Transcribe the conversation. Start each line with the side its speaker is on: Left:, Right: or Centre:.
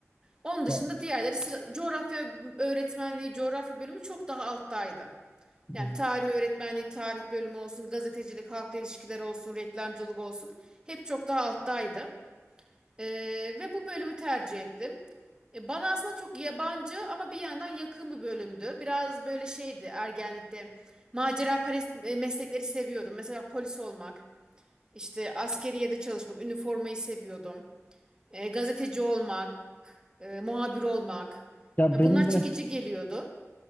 Right: Onun
Left: Ya,
Right: dışında diğerleri sıra- coğrafya öğretmenliği, coğrafya bölümü çok daha alttaydı.
Left: hı.
Right: Yani tarih öğretmenliği, tarih bölümü olsun, gazetecilik, halkla ilişkiler olsun, reklamcılık olsun hep çok daha alttaydı. Ee, ve bu bölümü tercih ettim. E, bana aslında çok yabancı ama bir yandan yakın bir bölümdü. Biraz böyle şeydi ergenlikte. Macera perest e, meslekleri seviyordum. Mesela polis olmak, işte askeriyede çalışmak, üniformayı seviyordum. E, gazeteci olmak, e, muhabir olmak.
Left: ya
Right: Ya
Left: benim
Right: bunlar
Left: de
Right: çekici geliyordu.